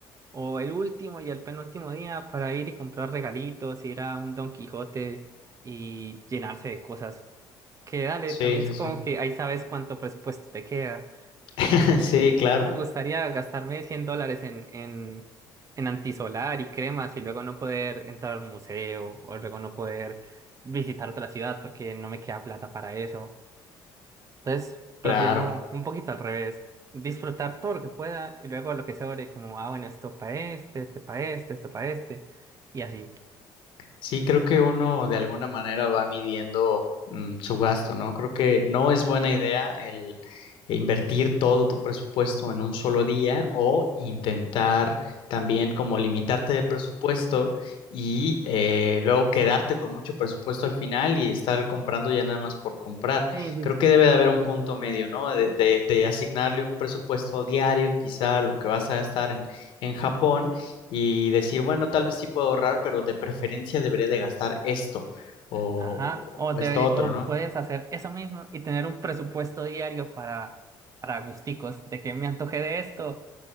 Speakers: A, on the right; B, on the left.
A: o el último y el penúltimo día para ir y comprar regalitos, ir a un Don Quijote y llenarse de cosas. Que dale,
B: Sí,
A: también
B: sí,
A: supongo
B: sí.
A: que ahí sabes cuánto presupuesto te queda.
B: <laughs>
A: Eh,
B: Sí, claro,
A: a mí me gustaría gastarme 100 dólares en, en, en antisolar y cremas y luego no poder entrar al museo o luego no poder visitar otra ciudad porque no me queda plata para eso. Entonces, prefiero
B: claro.
A: un poquito al revés, disfrutar todo lo que pueda y luego lo que sobre, como, ah, bueno, esto para este, este para este, esto para este y así.
B: Sí, creo que uno de alguna manera va midiendo mm, su gasto, ¿no? Creo que no es buena idea el invertir todo tu presupuesto en un solo día o intentar también como limitarte de presupuesto y eh, luego quedarte con mucho presupuesto al final y estar comprando ya nada más por comprar.
A: Sí, sí,
B: Creo
A: sí.
B: que debe de haber un punto medio, ¿no? De, de- de asignarle un presupuesto diario, quizá lo que vas a gastar en en Japón y decir, bueno, tal vez sí puedo ahorrar, pero de preferencia debería de gastar esto o,
A: Ajá, o, deberí-
B: o esto otro,
A: o
B: ¿no?
A: puedes hacer eso mismo y tener un presupuesto diario para, para gusticos, de que me antoje de esto.